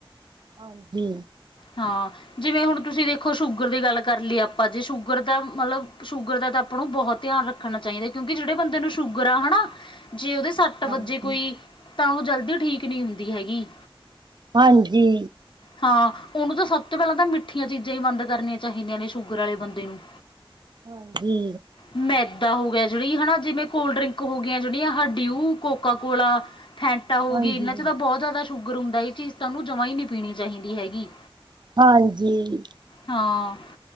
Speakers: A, on the right (about 50°); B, on the left (about 60°).
A: ਹਾਂਜੀ।
B: ਹਾਂ, ਜਿਵੇਂ ਹੁਣ ਤੁਸੀਂ ਦੇਖੋ ਸ਼ੂਗਰ ਦੀ ਗੱਲ ਕਰ ਲਈਏ ਆਪਾਂ ਜੇ ਸ਼ੂਗਰ ਤਾਂ ਮਤਲਬ ਸ਼ੂਗਰ ਦਾ ਤਾਂ ਆਪਾਂ ਨੂੰ ਬਹੁਤ ਧਿਆਨ ਰੱਖਣਾ ਚਾਹੀਦਾ ਕਿਉਂਕਿ ਜਿਹੜੇ ਬੰਦੇ ਨੂੰ ਸ਼ੂਗਰ ਆ ਹਨਾ ਜੇ ਉਹਦੇ ਸ ਸੱਟ
A: ਹਾਂਜੀ,
B: ਵੱਜੇ ਕੋਈ, ਤਾਂ ਉਹ ਜਲਦੀ ਠੀਕ ਨੀਂ ਹੁੰਦੀ ਹੈਗੀ
A: ਹਾਂਜੀ।
B: ਹਾਂ ਉਹਨੂੰ ਤਾਂ ਸਭ ਤੋਂ ਪਹਿਲਾਂ ਤਾਂ ਮਿੱਠੀਆਂ ਚੀਜ਼ਾਂ ਹੀ ਬੰਦ ਕਰਨੀਆਂ ਚਾਹੀਦੀਆਂ ਨੇ, ਸ਼ੂਗਰ ਵਾਲੇ ਬੰਦੇ ਨੂੰ
A: ਹਾਂਜੀ
B: ਮੈਦਾ ਹੋ ਗਿਆ, ਜਿਹੜੀ ਹਨਾ ਜਿਵੇਂ ਕੋਲਡ ਡਰਿੰਕ ਹੋਗੀਆਂ ਜਿਹੜੀਆਂ ਡਿਊ, ਕੋਕਾ ਕੋਲਾ ਫੈਂਟਾ ਹੋ
A: ਹਾਂਜੀ,
B: ਗਈ, ਇਹਨਾਂ ਚ ਤਾਂ ਬਹੁਤ ਜ਼ਿਆਦਾ ਸ਼ੂਗਰ ਹੁੰਦਾ ਇਹ ਚੀਜ਼ ਉਹਨੂੰ ਜਮਾ ਹੀ ਨੀਂ ਪੀਨੀ ਚਾਹੀਦੀ ਹੈਗੀ,
A: ਹਾਂਜੀ,
B: ਹਾਂ